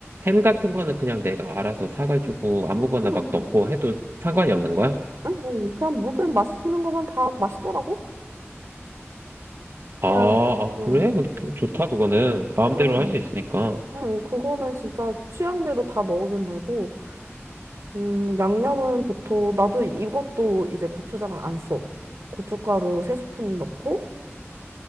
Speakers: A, on the right; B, on the right.
A: 햄 같은 거는 그냥 내가 알아서 사가지고 아무거나
B: 음,
A: 막 넣고 해도 상관이 없는 거야?
B: 음, 음. 그냥 모든 맛있는 거면 다 맛있더라고. 그냥
A: 아, 아,
B: 음,
A: 그래? 근데 좋다, 그거는. 마음대로
B: 음,
A: 할 수 있으니까.
B: 음, 그거는 진짜 취향대로 다 넣으면 되고 음, 양념은 보통 나도 이것도 이제 고추장을 안 써. 고춧가루 세 스푼 넣고